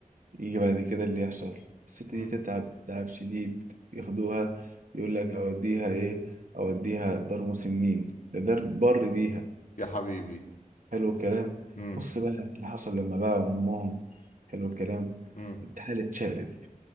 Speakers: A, on the right; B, on the left.
A: يجي بعد كده اللي يحصل الست دي
B: مم.
A: تتعب تعب شديد ياخدوها يقول لك اوديها ايه اوديها دار مسنين ده دار بر بيها
B: يا حبيبي
A: حلو الكلام
B: مم.
A: بص بقى اللي حصل لما باعوا امهم حلو الكلام
B: مم.
A: الحالة اتشقلب